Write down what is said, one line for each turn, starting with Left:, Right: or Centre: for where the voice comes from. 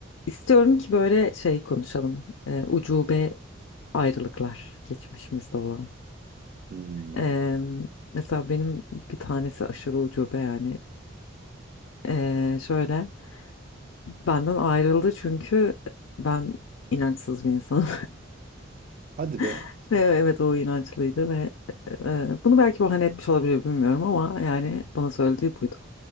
Left: İstiyorum ki böyle şey konuşalım. Ee, ucube ayrılıklar geçmişimizde olan.
Right: Hmm,
Left: Ee, mesela benim bir tanesi aşırı ucube yani. Ee, şöyle benden ayrıldı çünkü ben inançsız bir insanım.
Right: hadi be.
Left: <laughs> Ve evet o inançlıydı ve e, bunu belki bahane etmiş olabilir bilmiyorum ama yani bana söylediği buydu.